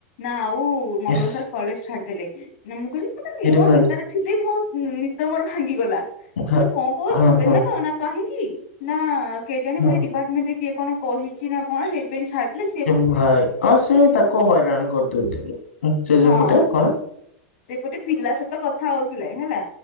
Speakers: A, on the left; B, on the left.
A: ନା ଆଉ ମନୁ
B: ଇସ୍
A: ସାର୍ କଲେଜ ଛାଡିଦେଲେ, ମୁଁ କହିଲି ମାନେ
B: ଏରେ
A: ମୋ
B: ଭାଇ
A: ନିଦରେ ଥିଲି, ମୁଁ ନିଦ ମୋର ଭାଙ୍ଗିଗଲା
B: ଭା
A: ମୁଁ କହିଲି କଣ କହୁ
B: ହଁ ହଁ
A: କାହିଁକି? ନା କେଜାଣି
B: ହଁ
A: ମୁ ଆପାର୍ଟମେଣ୍ଟ ରେ କିଏ କଣ କହିଛି ନା କଣ? ସେଥିପାଇ ଛାଡ଼ିଦେଲେ।
B: ଏ ଭାଇ, ଆଉ ସେ ତାକୁ ହଇରାଣ କରିଦଉଥିଲି ସେ
A: ହଁ
B: ଯୋଉ ପଟେ କଣ
A: ସେ ଗୋଟେ ପିଲା ସହିତ କଥା ହଉଥିଲେ ହେଲା,